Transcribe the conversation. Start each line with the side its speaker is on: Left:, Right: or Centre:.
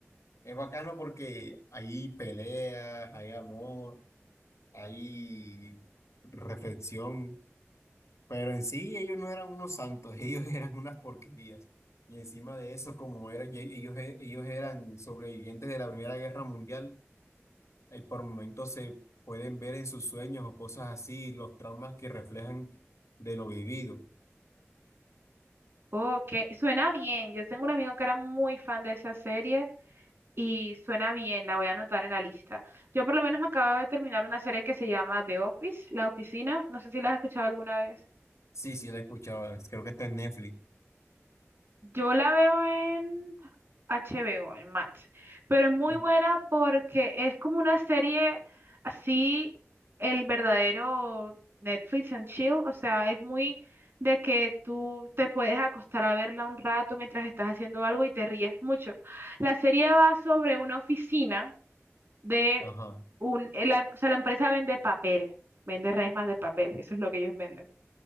Left: Es bacano porque hay peleas, hay amor, hay reflexión. Pero en sí ellos no eran unos santos, <laughs> ellos eran unas porquerías. Y encima de eso, como eran, ye- ellos, e- ellos eran sobrevivientes de la Primera Guerra Mundial, y por momentos se pueden ver en sus sueños o cosas así, los traumas que reflejan de lo vivido.
Right: Ok, suena bien. Yo tengo un amigo que era muy fan de esa serie Y suena bien, la voy a anotar en la lista. Yo por lo menos acabo de terminar una serie que se llama The Office, La Oficina. No sé si la has escuchado alguna vez.
Left: Sí, sí, la he escuchado, es- creo que está en Netflix.
Right: Yo la veo en HBO, en Max. Pero es muy
Left: En-
Right: buena porque es como una serie así, el verdadero Netflix and chill. O sea, es muy de que tú te puedes acostar a verla un rato mientras estás haciendo algo y te ríes mucho. La serie va sobre una oficina de
Left: ajá,
Right: un, eh, la, o sea, la empresa vende papel, vende resmas de papel, eso es lo que ellos venden.